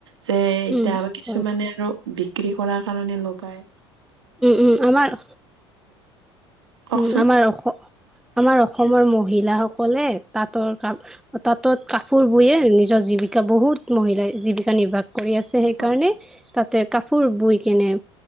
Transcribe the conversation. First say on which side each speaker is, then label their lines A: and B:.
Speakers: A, on the right (about 75°); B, in the centre.
A: যে এতিয়া
B: উম
A: কিছুমানে
B: হয়
A: আৰু বিক্ৰী কৰাৰ কাৰণে লগায়
B: উম উম, আমাৰ
A: কওকচোন
B: উম, আমাৰ অস-আমাৰ অসমৰ মহিলাসকলে তাঁতৰ কাম তাঁতত কাপোৰ বৈয়ে নিজৰ জীৱিকা, বহুত মহিলাই জীৱিকা নিৰ্বাহ কৰি আছে, সেইকাৰণে
A: হয়
B: তাতে কাপোৰ বই কেনে